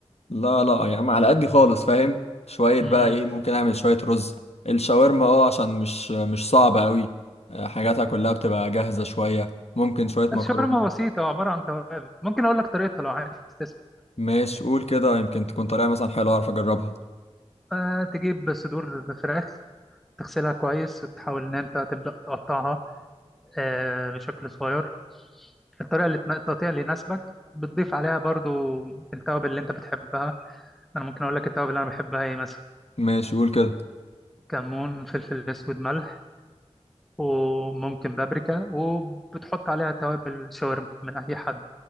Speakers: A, on the left; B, in the centre.
A: لا لا يا عم على قدي خالص فاهم؟ شوية بقى
B: امم
A: ايه ممكن اعمل شوية رز الشاورما اه عشان مش مش صعبة قوي آه، حاجاتها كلها بتبقى جاهزة شوية ممكن شوية مكرونة
B: الشاورما بسيطة عبارة عن توابل ممكن اقول لك طريقتها لو عايز تسمع
A: ماشي قول كده يمكن تكون طريقة مثلا حلوة اعرف اجربها
B: أه تجيب صدور فراخ تغسلها كويس وتحاول ان انت تبدأ تقطعها أه بشكل صغير الطريقة اللي تن- التقطيع اللي يناسبك بتضيف عليها برضو التوابل اللي انت بتحبها انا ممكن اقول لك التوابل اللي انا بحبها ايه مثلا
A: ماشي قول كده
B: كمون فلفل اسود ملح وممكن بابريكا وبتحط عليها توابل شاورما من اي حد